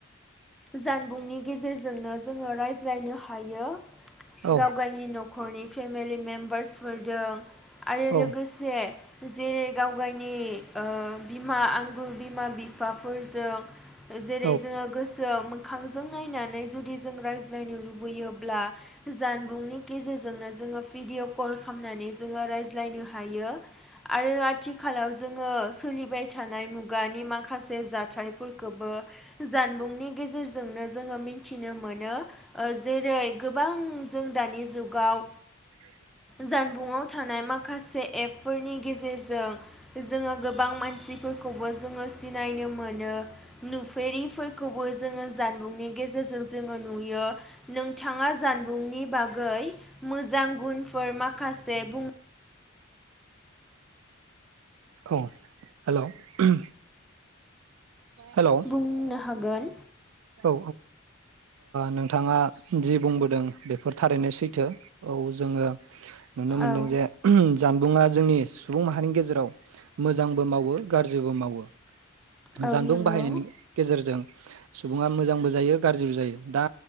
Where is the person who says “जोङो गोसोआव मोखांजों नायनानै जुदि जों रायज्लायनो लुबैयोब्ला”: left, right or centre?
Centre